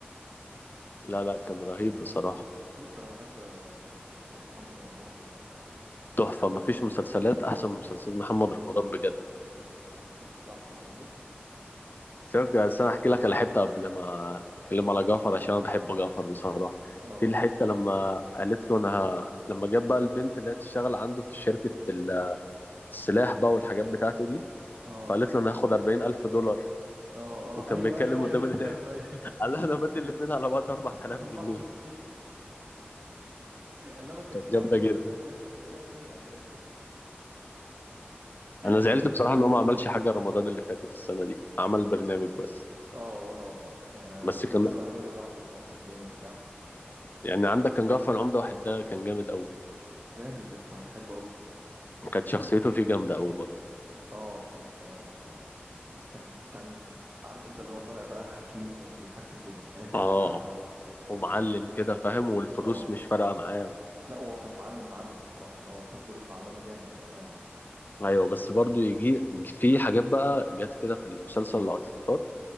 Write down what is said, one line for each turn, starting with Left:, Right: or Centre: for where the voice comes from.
Left: لا لا كان رهيب بصراحه
Right: بص انا بحب آه، مسلسلات محمد رمضان كلها بصراحه
Left: تحفه ما فيش مسلسلات احسن من مسلسلات محمد رمضان بجد
Right: حصل حصل شفت جعفر العمده
Left: شوف بس انا احكي لك على حته قبل ما اتكلم على جعفر عشان انا بحب جعفر بصراحه
Right: اه
Left: في الحته لما قالت له انا ه... لما جاب بقى البنت اللي هي تشتغل عنده في شركه ال- السلاح بقى والحاجات بتاعته دي
Right: اه
Left: فقالت له انا هاخد 40000 دولار
Right: اه
Left: وكان
Right: اه ايوه
Left: بيتكلم
Right: ايوه ايوه
Left: قدام
Right: افتكرت
Left: ال... <laughs>
Right: ايوه
Left: قال لها انا بدي الاثنين على بعض 4000
Right: <laughs>
Left: جنيه
Right: 4000 جنيه قال ما كانش
Left: كانت
Right: ينفع
Left: جامده
Right: تقول
Left: جدا
Right: لي رقم زي زي ده قدام العيال <laughs>
Left: انا زعلت
Right: أنا-
Left: بصراحه ان هو ما عملش حاجه رمضان اللي فاتت السنه دي عمل برنامج بس
Right: اه وانا والله يعني
Left: بس
Right: لو كانوا
Left: كان
Right: بيقولوا يعملوا جعفر العمده اتنين وبتاع
Left: يعني عندك كان جعفر العمده واحد ده كان جامد قوي
Right: جامد يا اسطى انا بحبه قوي
Left: كانت شخصيته فيه جامده قوي برضه
Right: اه كان آه، كان كان عارف انت اللي هو طالع بقى حكيم وبيحكم بين الناس
Left: اه
Right: وبتاع
Left: ومعلم
Right: بالظبط
Left: كده فاهم والفلوس
Right: اه
Left: مش فارقة معاه
Right: لا هو كان معلم معلم الصراحه يعني هو خد دور المعلمه جامد بامانه
Left: ايوه بس برضو يجي في حاجات بقى جت كده في المسلسل لقطات